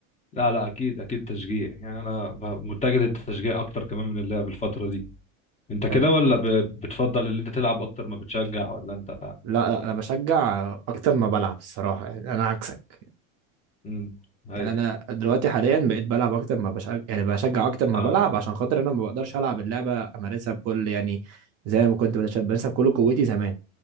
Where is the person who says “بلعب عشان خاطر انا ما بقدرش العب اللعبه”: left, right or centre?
Right